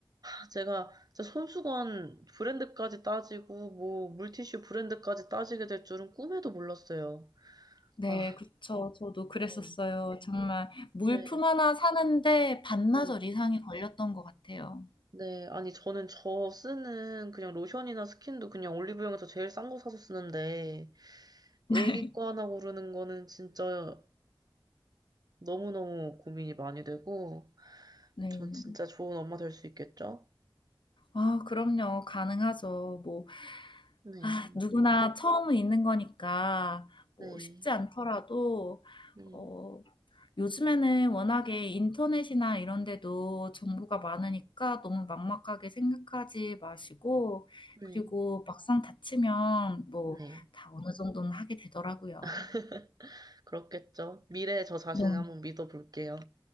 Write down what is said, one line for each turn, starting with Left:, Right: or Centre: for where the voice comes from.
Right: 아, 제가 진짜 손수건 브랜드까지 따지고, 뭐, 물티슈 브랜드까지 따지게 될 줄은 꿈에도 몰랐어요.
Left: 네,
Right: 아,
Left: 그쵸. 저도 그랬었어요.
Right: 네,
Left: 정말 물품
Right: 네,
Left: 하나 사는데 반나절
Right: 네.
Left: 이상이 걸렸던 것 같아요.
Right: 네, 아니, 저는 저 쓰는 그냥 로션이나 스킨도 그냥 올리브영에서 제일 싼 거 사서 쓰는데,
Left: <laughs>
Right: 애기 거 하나 고르는 거는 진짜 너무너무 고민이 많이 되고,
Left: 네.
Right: 전 진짜 좋은 엄마 될 수 있겠죠?
Left: 아 그럼요. 가능하죠. 뭐
Right: 네,
Left: 아 누구나 처음은 있는 거니까 뭐
Right: 네,
Left: 쉽지 않더라도
Right: 네,
Left: 어 요즘에는 워낙에 인터넷이나 이런 데도 정보가 많으니까 너무 막막하게 생각하지 마시고
Right: 네,
Left: 그리고 막상 다치면 뭐
Right: 네.
Left: 다 어느 정도는 하게 되더라고요.
Right: <laughs> 그렇겠죠. 미래의 저 자신을
Left: 네.
Right: 한번 믿어볼게요.